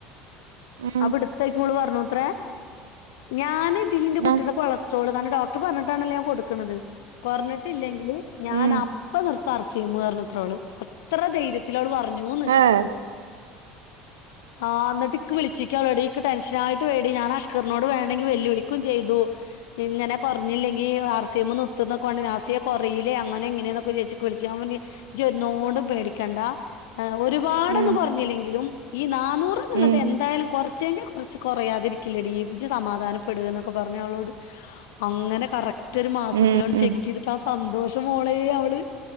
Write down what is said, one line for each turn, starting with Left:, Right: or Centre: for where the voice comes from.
Right: ഉം
Left: അവിടുത്തേക്ക് ഇവെള് പറഞ്ഞുത്ര ഞാന് ഇല്ലിന്റെ കുട്ടിടെ
Right: ആഹ്
Left: കൊളസ്ട്രോള്. കാരണം ഡോക്ടർ പറഞ്ഞിട്ടാണ്ണല്ലേ ഞാൻ കൊടുക്കണത്. കൊറഞ്ഞിട്ടില്ലെങ്കില്. ഞാനപ്പ
Right: ഉം
Left: നിർത്തായർസിമെർന്നുയുത്തരമവെള്. അത്ര ധൈര്യത്തിലവെള് പറഞ്ഞൂന്ന്.
Right: ഏഹ്
Left: ആഹ് എന്നിട്ടി പ്പ വിളിച്ചേക്കുകവളോട്. എന്ക് ടെൻഷൻായിട്ട് വയ്യെടി. ഞാൻ അഷ്കറിനോട് വേണ്ടെങ്കി വെല്ലുവിളിക്കും ചെയ്തു. ഇങ്ങനെ കൊറെഞ്ഞില്ലെങ്കി. ആർ സി എം നിർത്തുന്നെക്കൊണ്ട്. നാസി യേ കൊറെയില്ലേ. അങ്ങനെനിങ്ങനെന്നൊക്കെ ചോയ്ച്ചു. വിളിച്ച്. ഞാ പറഞ്ഞു, ജി ഒന്നോ ണ്ടും പേടിക്കേണ്ട. ആഹ് ഒരുപാടൊന്നും
Right: ഉം
Left: കൊറെഞ്ഞില്ലെങ്കിലും ഈ നാന്നൂറെന്നുള്ളത്
Right: ഉം
Left: എന്തായാലും കൊറെ ച്ചെക്കി കൊറെച്ച് കൊറയാതിരിക്കില്ലടി. പിജു സമാധാനപ്പെടുന്നൊക്കെ പറഞ്ഞു അവളോട്. അങ്ങനെ കറക്റ്റ് ഒരു മാസത്തിലവെള്
Right: ഉം ഉം
Left: ചെക്ക് ചെയ്ത് ആ സന്തോഷം മോളേ അവെള്.